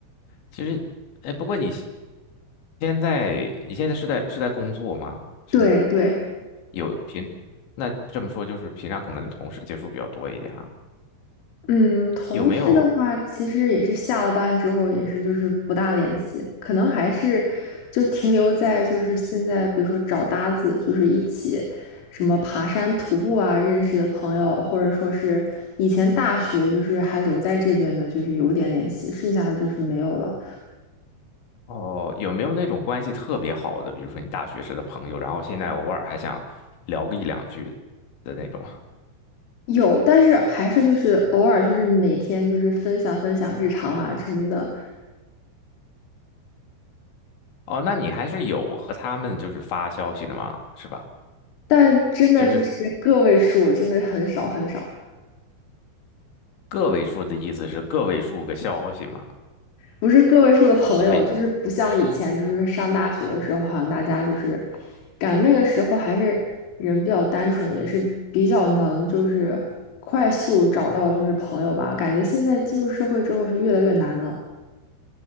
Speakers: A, on the left (about 70°); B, on the left (about 85°).
A: 其实，哎，不过你现在你现在是在是在工作吗？是
B: 对对。
A: 有平，那这么说就是平常可能跟同事接触比较多一点啊。
B: 嗯，同事的话，
A: 有没有
B: 其实也是下了班之后，也是就是不大联系，可能还是就停留在就是现在，比如说找搭子，就是一起什么爬山、徒步啊认识的朋友，或者说是以前大学就是还留在这边的，就是有点联系，剩下的就是没有了。
A: 哦？有没有那种关系特别好的，比如说你大学时的朋友，然后现在偶尔还想聊个一两句的那种？
B: 有，但是还是就是偶尔就是每天就是分享分享日常啊什么的，
A: 哦，那你还是有和他们就是发消息的吗？是吧？
B: 但真的就是个位数，
A: 就是
B: 真的很少很少。
A: 个位数的意思是个位数个消息嘛，
B: 不是个位数的朋友，
A: 就没，
B: 就是不像以前，就是上大学的时候，好像大家就是，感觉那个时候还是人比较单纯，也是比较能就是快速找到就是朋友吧。感觉现在进入社会之后是越来越难了，